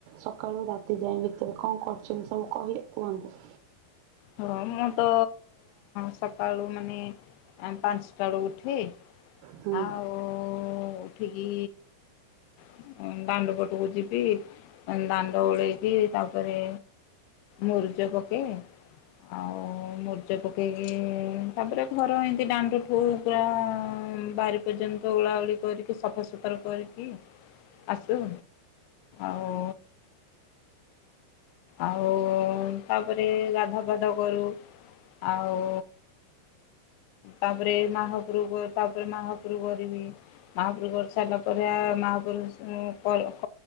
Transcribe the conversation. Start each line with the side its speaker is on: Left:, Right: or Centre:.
Right: ସକାଳୁ ରାତି ଯାଇଏ ଭିତରେ କଣ କରୁଛନ୍ତି ସବୁ କହିଲେ କୁହନ୍ତୁ
Left: ହଁ ମୁଁ ତ ସକାଳୁ ମାନେ ଆ ପାଞ୍ଚଟା ବେଳକୁ ଉଠି ହେ
Right: ହୁଁ
Left: ଆଉ ଉଠିକି ମଁ ଦାଣ୍ଡ ପଟକୁ ଯିବି ଦାଣ୍ଡ ଓଳେଇକି ତାପରେ ମୁରୁଜ ପକେଇ ଆଉ ମରୁଜ ପକେଇକି ତାପରେ ଘର ଏଇତି ଡାଣ୍ଡ ଠୁ ପୁରା ବାରି ପର୍ଯ୍ୟନ୍ତ ଓଳା ଓଳି କରିକି ସଫାସୁତୁରା କରିକି ଆସୁ ଆଉ ଆଉ ତାପରେ ଗାଧୁଆ ପାଧୁଆ କରୁ ଆଉ ତାପରେ ମହାପ୍ରଭୁ କରି ତାପରେ ମହାପ୍ରଭୁ କରିବି ମହାପ୍ରଭୁ କରିସାରିଲା ପରେ ମହାପ୍ରଭୁ କ କଲା